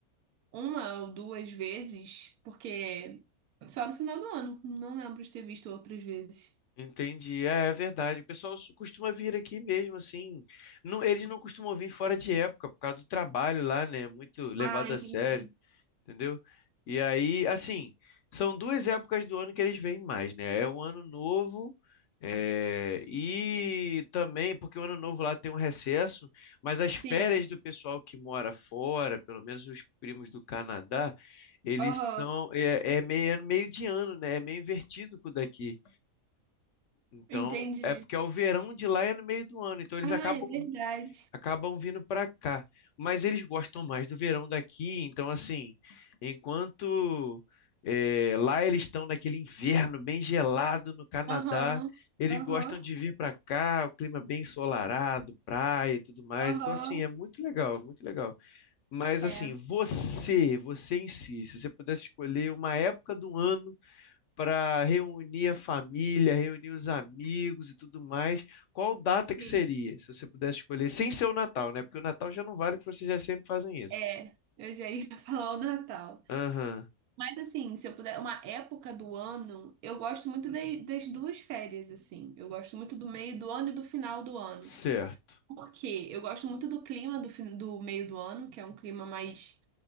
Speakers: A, on the right (about 85°); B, on the left (about 65°).
A: uma ou duas vezes, porque só no final do ano. Não lembro de ter visto outras vezes.
B: Entendi, é, é verdade. O pessoal su- costuma vir aqui mesmo, assim. Não, eles não costumam vir fora de época, por causa do trabalho lá, né? Muito levado
A: Ah, entendi.
B: a sério, entendeu? E aí, assim, são duas épocas do ano que eles vêm mais, né? É o ano novo, é, e também, porque o ano novo lá tem um recesso, mas as férias
A: Sim.
B: do pessoal que mora fora, pelo menos os primos do Canadá, eles
A: Aham.
B: são, é, é meio, é meio de ano, né? É meio invertido com o daqui. Então,
A: Entendi.
B: é porque é o verão de lá é no meio do ano, então eles
A: Ah,
B: acabam
A: é verdade.
B: acabam vindo para cá. Mas eles gostam mais do verão daqui, então assim, enquanto eh, lá eles estão naquele inverno bem gelado no Canadá,
A: Aham.
B: eles
A: Aham.
B: gostam de vir para cá, o clima bem ensolarado, praia e tudo mais.
A: Aham.
B: Então assim, é muito legal, é muito legal. Mas
A: É,
B: assim, você, você em si, se você pudesse escolher uma época do ano para reunir a família, reunir os amigos e tudo mais, qual data
A: sim.
B: que seria, se você pudesse escolher, sem ser o Natal, né? Porque o Natal já não vale, porque vocês já sempre fazem isso.
A: É. Eu já ia <laughs> falar o Natal.
B: Aham,
A: Mas assim, se eu puder, uma época do ano, eu gosto muito de- das duas férias, assim. Eu gosto muito do meio do ano e do final do ano.
B: certo.
A: Por quê? Eu gosto muito do clima do, fin- do meio do ano, que é um clima mais